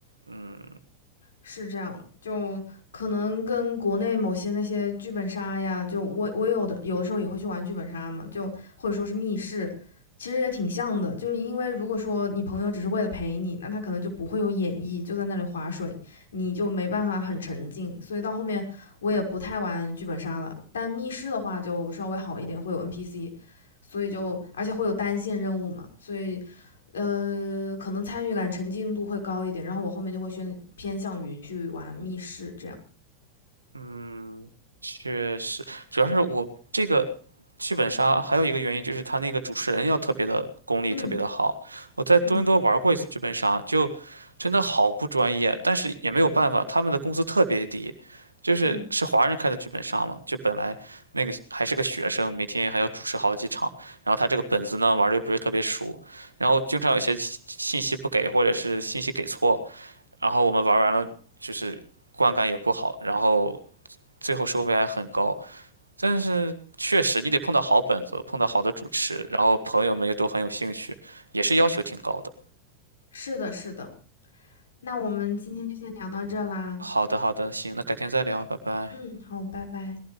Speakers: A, on the right (about 80°); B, on the left (about 65°).
A: 嗯，
B: 是这样，就可能跟国内某些那些剧本杀呀，就我我有的有的时候也会去玩剧本杀嘛，就或者说是密室，其实也挺像的。就是因为如果说你朋友只是为了陪你，那他可能就不会有演绎，就在那里划水，你就没办法很沉浸。所以到后面我也不太玩剧本杀了，但密室的话就稍微好一点，会有 NPC，所以就而且会有单线任务嘛，所以呃，可能参与感、沉浸度会高一点，然后我后面就会偏偏向于去玩密室这样。
A: 嗯，确实，主要是我这个剧本杀还有一个原因就是他那个主持人要特别的功力特别的好。
B: 嗯
A: 我在多伦多玩过一次剧本杀，
B: 嗯
A: 就真的好不专业，但是也没有办法，他们的工资特别低，就是是华人开的剧本杀嘛，
B: 嗯，
A: 就本来那个还是个学生，每天还要主持好几场，然后他这个本子呢玩的又不是特别熟，然后经常有些信信息不给或者是信息给错，然后我们玩完了就是观感也不好，然后。最后收费还很高。但是确实你得碰到好本子，碰到好的主持，然后朋友们又都很有兴趣，也是要求挺高的。
B: 是的，是的。那我们今天就先聊到这啦。
A: 好的，好的，行，那改天再聊，拜拜。
B: 嗯，好，拜拜。